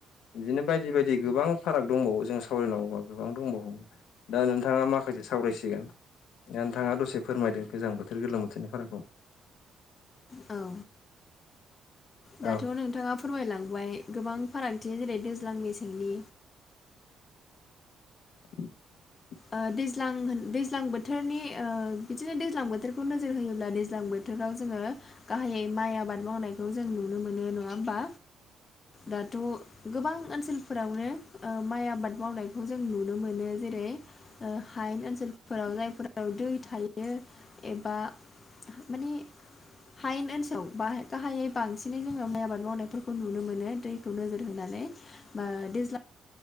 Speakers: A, on the left; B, on the left.
A: बिदिनो बायदि बायदि गोबां फाराग दंबावो जों सावरायनांगौबा गोबां दंबावो दा नों थाङा माखासे सावरायसिगोन दा नोंथाङा दसे फोरमायदो गोजां बोथोर गोलोम बोथोरनि फारागखौ।
B: औ दाथ'
A: औ
B: नोंथाङा फोरमायलांबाय गोबां फारागथि जेरै दैज्लां मेसेंनि
A: <inaudible>
B: ओ दैज्लां दैज्लां बोथोरनि ओ बिदिनो दैज्लां बोथोर खौ नोजोर होयोब्ला दैज्लां बोथोराव जोङो गाहायै माइ आबाद मावनायखौ जों नुनो मोनो नङा होमबा दाथ' गोबां ओनसोलफोरावनो ओ माइ आबाद मावनायखौ जों नुनो मोनो जेरै ओ हायेन ओनसोल फोराव जायफोराव दै थायो एबा माने हायेन ओनसोलाव बाय गाहायै बांसिनै जोङो माइ आबाद मावनायफोरखौ नुनो मोनो दैखौ नोजोर होनानै ओ दैज्लां